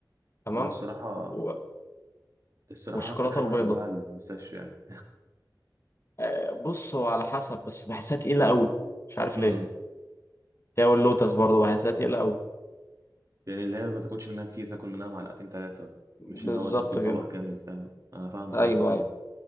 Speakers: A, on the left; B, on the right.
A: تمام
B: انا الصراحة
A: و-
B: الصراحة
A: والشوكولاته
B: اكتر حاجة
A: البيضاء
B: بحبها البيستاشيو يعني
A: آه، بص هو على حسب بس بحسها تقيله قوي مش عارف
B: <laughs> م-
A: ليه
B: م.
A: هي واللوتس برضه بحسها تقيله قوي
B: يعني اللي هي ما تاكلش منها كتير تاكل منها معلقتين ثلاثة
A: بالظبط
B: مش اللي هو تاكل
A: كده
B: طبق كامل فاهم انا فاهم قصدك
A: ايوه
B: يعني
A: ايوه